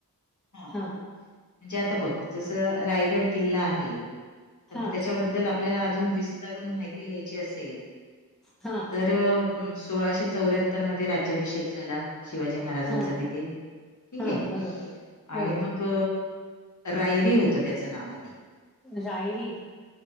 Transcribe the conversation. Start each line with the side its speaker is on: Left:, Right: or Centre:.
Left: हां,
Centre: हा.
Left: म्हणजे आता बघ जस रायगड किल्ला आहे तर
Centre: हा
Left: मग त्याच्याबद्दल आप आपल्याला अजून विस्तारून माहिती लीहायची असेल.
Centre: हा
Left: तर सोळाशे चौऱ्याहत्तर मध्ये राज्याभिषेक झाला. शिवाजी महाराजांचा
Centre: हा
Left: तिथे ठीक
Centre: हा
Left: आहे
Centre: बरोबर हो
Left: आणि मग रायरी होत त्याचं नाव आधी.
Centre: रायरी